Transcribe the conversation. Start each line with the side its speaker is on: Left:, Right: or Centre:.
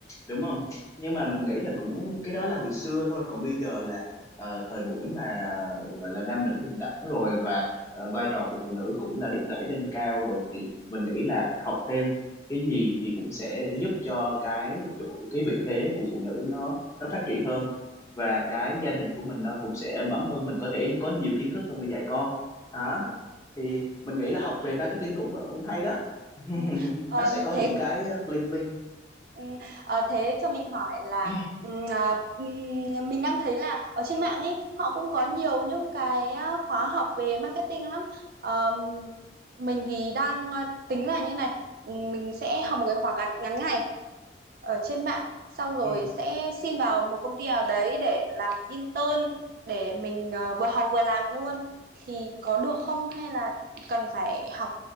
Left: đúng không
Right: ừ,
Left: nhưng mà
Right: ừ,
Left: mình nghĩ là cũng cái đó là hồi xưa thôi còn bây giờ là ờ, thời buổi mà gọi là nam nữ bình đẳng rồi và ờ, vai trò của phụ nữ cũng là được đẩy lên cao rồi thì mình nghĩ là học thêm cái gì thì cũng sẽ để giúp cho cái chỗ cái vị thế của phụ nữ nó nó phát triển hơn và
Right: ừ, ừ, ừ,
Left: cái gia đình của mình nó cũng sẽ êm ấm hơn mình có thể có nhiều kiến thức hơn để dạy con đó
Right: ừ, ừ.
Left: thì mình nghĩ là học về marketing cũng, cũng hay đó <laughs>
Right: ừ. Ờ,
Left: nó sẽ có
Right: thế
Left: những cái ờ, bling bling
Right: Ừ, ờ, thế cho mình hỏi là
Left: <clears throat>
Right: ừm, à, ừm, mình đang thấy là ở trên mạng ấy họ cũng có nhiều những cái à, khóa học về marketing lắm. Ờm, mình thì đang à, tính là như này, ừm, mình sẽ học một cái khóa ngắn, ngắn ngày ở trên mạng, sau rồi
Left: ừ.
Right: sẽ xin vào một công ty nào đấy để làm intern để mình à, vừa học vừa làm luôn. Thì có được không hay là cần phải học